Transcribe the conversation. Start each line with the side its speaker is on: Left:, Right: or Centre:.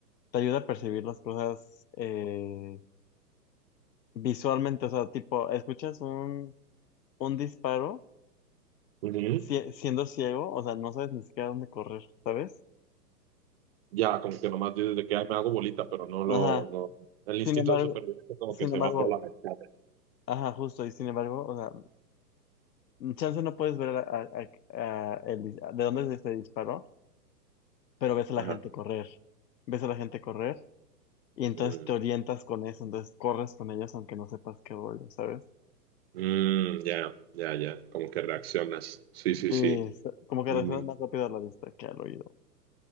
Left: te ayuda a percibir las cosas, eh, Visualmente, o sea, tipo, escuchas un, un disparo
Right: ujú.
Left: si- siendo ciego, o sea, no sabes ni siquiera dónde correr, ¿sabes?
Right: Ya, como que nomás dices de que "Ay, me hago bolita, pero no
Left: Ajá.
Right: lo. No. El instinto
Left: Sin embargo,
Right: de supervivencia como
Left: sin
Right: que se
Left: embargo,
Right: va por la ventana.
Left: ajá, justo, y sin embargo, o sea, mm, chance no puedes ver a- a- a- a el dis- de dónde se disparó, pero ves a la
Right: Ajá.
Left: gente correr, ves a la gente correr, y entonces
Right: Mm,
Left: te orientas con eso, entonces corres con ellos aunque no sepas qué rollo, ¿sabes?
Right: mm, ya, ya, ya. Como que reaccionas. Sí, sí,
Left: Sí,
Right: sí.
Left: es- como que
Right: Mm.
Left: reaccionas más rápido a la vista que al oído.